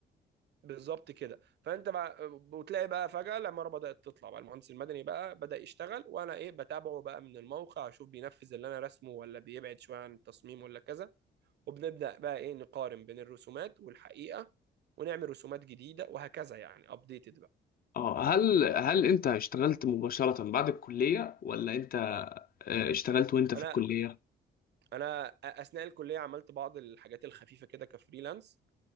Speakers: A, on the right; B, on the left.
A: بالظبط كده فانت بقى وتلاقي بقى فجأة العمارة بدأت تطلع بقى المهندس المدني بقى بدأ يشتغل وانا ايه بتابعه بقى من الموقع اشوف بينفذ اللي انا رسمه ولا بيبعد شوية عن التصميم ولا كذا وبنبدأ بقى ايه نقارن بين الرسومات والحقيقة ونعمل رسومات جديدة وهكذا يعني ابديتد
B: اه هل هل انت اشتغلت مباشرة بعد الكلية ولا انت آه، اشتغلت وانت في
A: انا
B: الكلية
A: انا اثناء الكليه عملت بعض الحاجات الخفيفه كده كفريلانس